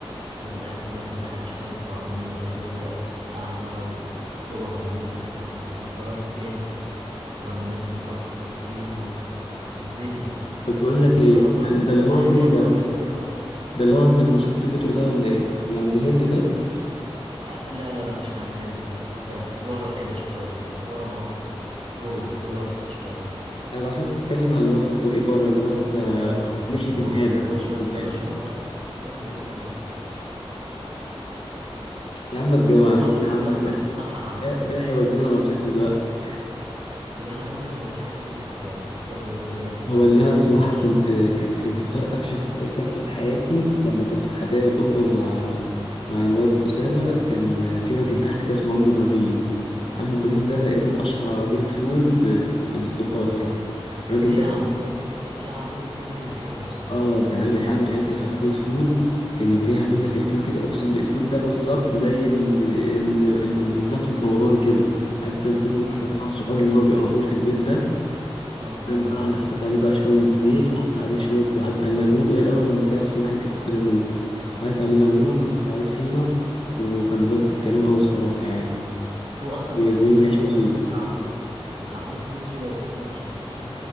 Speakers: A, on the right (about 70°); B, on the left (about 65°).
A: والاكل بقى كان عليه شوية طعمية وشوية بقى مسقعة بقى وبابا غنوج لا لا لا كان طلب جامد كان منزل بصل وطحينة و... كانت دنيا
B: طب بقول لك
A: والسلطة
B: ايه ده, ده اللي هو
A: أحلى
B: فين
A: حاجة
B: ده
A: بقى مية السلطة
B: ده اللي هو عند
A: ك-
B: محطة
A: ك-
B: المترو ده ولا ايه اللي عند هند ده
A: ال- آه، لا لا لا مش اللي عند هند لا ده في ورا كده شوية نحب ورا موقف كده جوه جوه رمسيس شوية
B: انا بحسبك بتتكلم على اللي هو في الطريق بره اللي هو انت
A: لا لا لا
B: ناحية
A: لا ده جوه
B: الجامع
A: ده جوه
B: ناحية
A: شوية
B: الجامع
A: ده مشهور أصلا ناسي اسمه أنا بس
B: يا عم ما تجوعنيش
A: ده مصر
B: يا عم
A: كلها
B: احنا
A: بتروح تتسحر عنده
B: ايه إيه هيودينا رمسيس دلوقتي
A: لا أنا أقول لك أنا الواحد نفسه في في فطار زي ده دلوقتي كده
B: هو اللي
A: قدام
B: انا
A: على
B: الصراحة
A: السرير
B: كنت ك- كان فطار افشخ فطار كلته في حياتي لما كنت في حدائق القبة مع مع الواد أسامة كان في راجل تحت كده اسمه عم إبراهيم عم إبراهيم ده تقريبا أشهر عربية فول في في في القاهرة
A: آه
B: الراجل
A: هي
B: ده
A: عربيات الف... هي عربيات الفول هي اللي حلوة بصراحة
B: اه كان عامل عنده حتة عربية فول كان يوم جاي عامل لك الفول كده اقسم الفول ده بالظبط زي ال- ال- اللي بناكله في رمضان كده عارف انت الفيلم اللي
A: امم
B: بناكله في رمضان السحور اللي هو بيبقى معمول في البيت ده
A: اه
B: كان
A: ايوه
B: بقى
A: ايوه
B: على حاطط عليه بقى شوية زيت وحاطط عليه شوية وحاطط عليه ليمون وهي الأول لما تلاقي أصلا واحد بيحط ليمون وحاطط عليه ليمون
A: امم
B: وحاطط عليه طحينة وكان ظابط الكلام أوي الصراحة يعني
A: هو اصلا
B: بيعمل
A: احساس ان الواحد
B: عيش فشيخ
A: واقف بياكل من عربيه من عربيه فول كده وبتاع مش عارف ايه